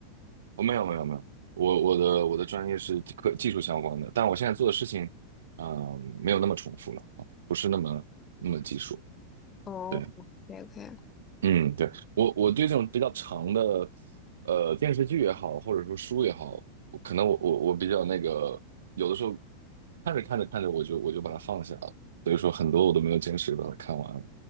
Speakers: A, on the right (about 60°); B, on the left (about 25°).
A: 我没有没有没有，我我的我的专业是科技术相关的，但我现在做的事情，嗯、没有那么重复了啊，不是那么那么技术。
B: 哦，OK
A: 对，
B: OK。
A: 嗯，对，我我对这种比较长的，呃，电视剧也好，或者说书也好，我可能我我我比较那个，有的时候看着看着看着，我就我就把它放下了，所以说很多我都没有坚持把它看完，